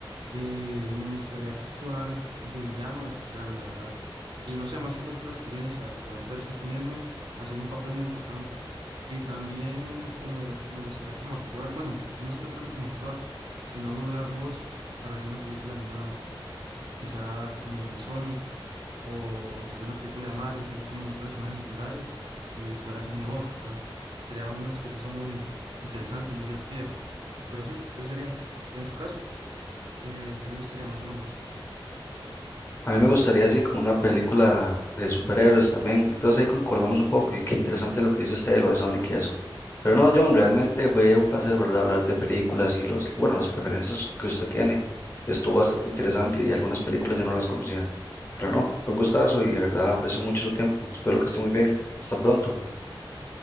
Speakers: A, on the right (about 60°); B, on the left (about 30°).
A: Eh, me gustaría actuar de villano, de superhéroe, la verdad. Y no sé, más que todo por la experiencia, poder verse usted mismo haciendo un papel muy importante. Y también como me gustaría como actuar, bueno, no sería tanto como actuar, sino doblar voz para alguna película animada, quizá como en Sonic o en alguna película de Mario, ser como un personaje secundario y poder hacer mi voz, ¿verdad? Sería una experiencia muy interesante, muy divertida. Pero sí, eso sería. En su caso, ¿qué, qué le gustaría más o menos?
B: A mí me gustaría así como una película de superhéroes también. Entonces ahí concordamos un poco y qué interesante lo que hizo usted de lo de Sonic y eso. Pero no, John, realmente fue un placer, ¿verdad? Hablar de películas y los, bueno, las preferencias que usted tiene. Estuvo bastante interesante y algunas películas yo no las conocía. Pero no, fue un gustazo y de verdad aprecio mucho su tiempo. Espero que esté muy bien. Hasta pronto.